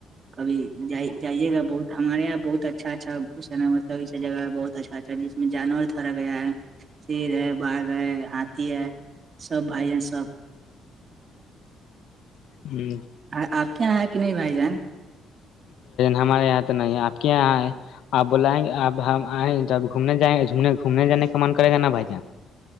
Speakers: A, on the right; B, on the left.
A: کبھی جائی جائیے گا بہت ہمارے یہاں بہت اچھا اچھاس نا جگہ ہے بہت اچھا اچھا جس میں جانور تھرا گیا ہے شیر ہے باغ ہاتاتھی ہے سب بھائیین سب
B: ہوں
A: اں آپتےے یہ کہ نہیں بھائی جان
B: ہمارے یہاں تو نہیں آپ کے یہاں آ آپ بلائیں گے آپ ہم آئیں جب گھومنے جائومنے گھومنے جان کا من کرے گا بھ جں